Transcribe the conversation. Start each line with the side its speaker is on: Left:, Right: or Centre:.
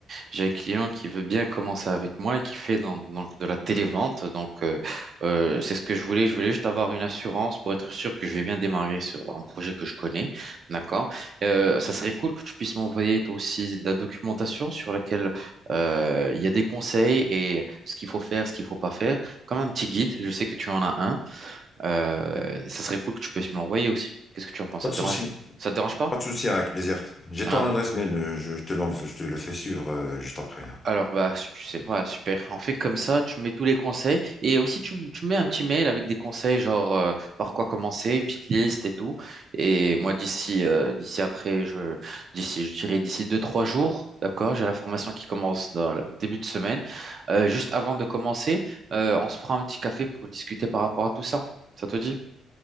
Right: j'ai un client qui veut bien commencer avec moi et qui fait dans- donc de la télévente. Donc, euh, euh, c'est ce que je voulais. Je voulais juste avoir une assurance pour être sûr que je vais bien démarrer sur un projet que je connais. D'accord? Euh, ça serait cool que tu puisses m'envoyer toi aussi de la documentation sur laquelle euh, il y a des conseils et ce qu'il faut faire, ce qu'il faut pas faire, comme un petit guide. Je sais que tu en as un. Euh, ça serait cool que tu puisses me l'envoyer aussi. Qu'est-ce que tu en penses?
Left: Pas
Right: Ça
Left: de
Right: te
Left: souci.
Right: dérange? Ça te dérange pas?
Left: Pas de souci, avec plaisir. J'ai
Right: Ah.
Left: ton adresse mail, euh, je te l'envoie, je te le fais suivre euh, juste après. hein.
Right: Alors, bah, su- c'est voilà, super. On fait comme ça, tu mets tous les conseils. Et aussi, tu, tu mets un petit mail avec des conseils, genre euh, par quoi commencer, une petite liste et tout. Et moi, d'ici euh, d'ici après, je, d'ici, je dirais d'ici deux, trois jours, d'accord, j'ai la formation qui commence dans le début de semaine. Euh, juste avant de commencer, euh, on se prend un petit café pour discuter par rapport à tout ça. Ça te dit?